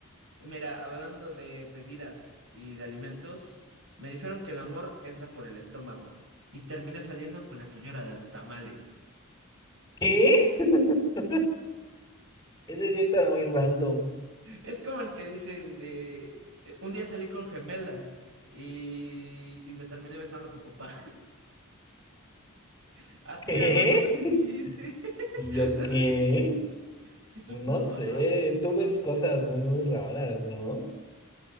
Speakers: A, on the right; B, on the left.
A: Mira, hablando de bebidas y de alimentos, me dijeron que el amor entra por el estómago. Y terminé saliendo con la señora de los tamales.
B: ¿Eh? <laughs> Ese sí está muy random.
A: Es como el que dicen de eh, un día salí con gemelas y, y me terminé besando a su papá. <laughs> Así
B: ¿Eh?
A: de random es el
B: <laughs>
A: chiste. <laughs>
B: ¿Y yo
A: ¿No
B: qué?
A: se escucha? ¿Y tú?
B: No
A: ¿No
B: sé,
A: pasa?
B: tú ves cosas muy, muy raras, ¿no?